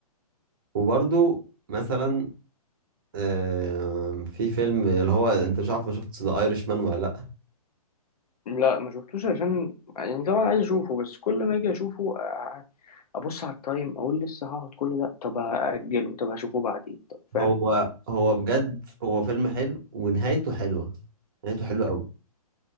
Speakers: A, on the right; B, on the left.
A: وبرضو مثلا آم، في فيلم اللي هو انت مش عارف ما شفت ذا ايرش مان ولا لا
B: لا ما شفتوش عشان يعني طبعا عايز اشوفه بس كل ما اجي اشوفه آه، ابص على التايم اقول لسه هقعد كل ده طب هاجله طب هشوفه بعدين طب فاهم
A: هو هو بجد هو فيلم حلو ونهايته حلوه نهايته حلوه قوي